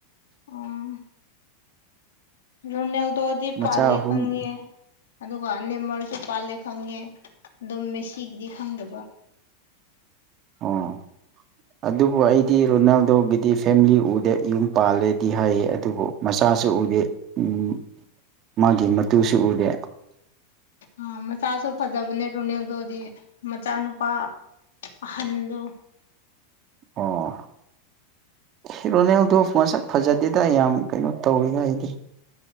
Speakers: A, on the left; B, on the right.
A: ꯑꯣ ꯔꯨꯅꯦꯜꯗꯣꯗꯤ
B: ꯃꯆꯥ
A: ꯄꯥꯂꯦ
B: ꯑꯍꯨꯝ
A: ꯈꯪꯦ ꯑꯗꯨꯒ ꯑꯅꯦꯝꯃꯔꯁꯨ ꯄꯥꯜꯂꯦ ꯈꯪꯉꯦ ꯑꯗꯨꯝ ꯃꯦꯁꯤꯒꯤꯗꯤ ꯈꯪꯗꯕ
B: ꯑꯣ
A: <unintelligible>
B: ꯑꯗꯨꯕꯨ ꯑꯩꯗꯤ ꯔꯣꯅꯥꯜꯗꯣꯒꯤꯗꯤ ꯐꯦꯃꯤꯂꯤ ꯎꯗꯦ ꯌꯨꯝ ꯄꯥꯜꯂꯦꯗꯤ ꯍꯥꯏꯌꯦ ꯑꯗꯨꯕꯨ ꯃꯆꯥꯁꯨ ꯎꯗꯦ ꯎꯝ
A: <inaudible>
B: ꯃꯥꯒꯤ ꯃꯇꯨꯁꯨ ꯎꯗꯦ
A: ꯑꯥ ꯃꯆꯥꯁꯨ ꯐꯖꯕꯅꯦ ꯔꯣꯅꯦꯜꯗꯣꯗꯤ ꯃꯆꯥꯅꯨꯄꯥ ꯑꯍꯟꯗꯣ
B: ꯑꯣ ꯍꯦ ꯔꯣꯅꯦꯜꯗꯣ ꯃꯁꯛ ꯐꯖꯗꯦꯗ ꯌꯥꯝ ꯀꯩꯅꯣ ꯇꯧꯋꯤꯗ ꯑꯩꯗꯤ